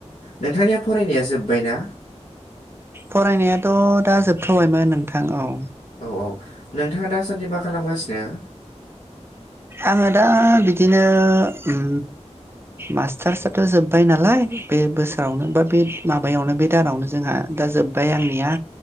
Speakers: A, on the left (about 80°); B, on the right (about 20°).
A: नोंथांनिया फरायनाया जोब्बायना?
B: फरायनायाथ दा जोबथबायमोन नोंथां औ
A: औ औ नोंथाङा दासान्दि मा खालामगासिनो?
B: आङो दा बिदिनो‌ उम मास्टारस आथ जोब्बाय नालाय बे बोसोरावनो बा बे माबायावनो बे दानावनो जोंहा दा जोब्बाय आंनिया